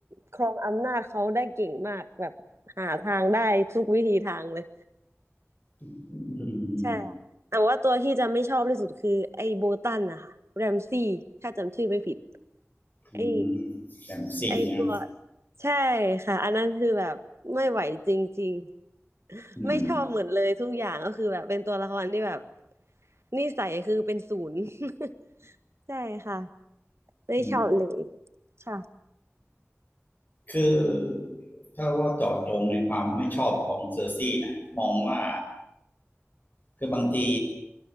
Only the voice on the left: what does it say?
ื
มอืมอย่างสี่นะ
อืม
อืม
คือถ้าว่าเจาะจงในความไม่ชอบของเซอร์ซี่นะมองว่าคือบางที